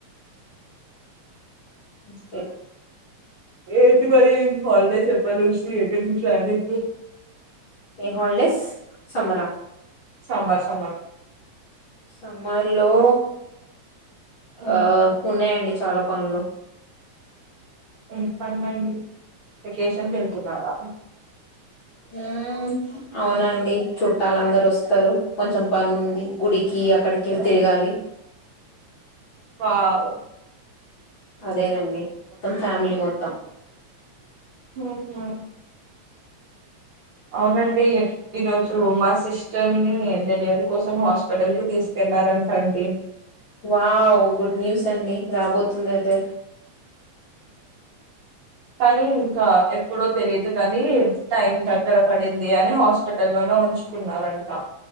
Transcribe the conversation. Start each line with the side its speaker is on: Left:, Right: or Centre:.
Left: ఓకే
Right: ఏంటి మరి హాలిడేస్ ఎప్పటినుంచి ఎక్కడికి ప్లానింగ్
Left: ఎ హోల్డెస్ సమ్మరా
Right: సమ్మర్ సమ్మర్
Left: సమ్మర్ లో
Right: హ్మ్.
Left: ఆ ఉన్నాయండి చాలా పనులు
Right: ఎమ్ పన్నండి వెకేషన్ కి వెళ్తున్నారా
Left: ఉమ్ అవునండి చుట్టాలు అందరు వస్తారు కొంచెం పని ఉంది గుడికి అక్కడికి తిరగాలి
Right: వావ్
Left: అదేనండి మొత్తం ఫ్యామి మొత్తం
Right: అవునా అవునండి ఈరోజు మా సిస్టర్ ని డెలివరీ కోసం హాస్పిటల్ కి తీసుకె వెళ్లారు అంట అండి
Left: వావ్ గుడ్ న్యూస్ అండి రాబోతుంది అయితే
Right: కానీ ఇంకా ఎప్పుడో తెలియదు కానీ టైం దగ్గర పడింది అని హాస్పిట లోనే ఉంచుకున్నారంట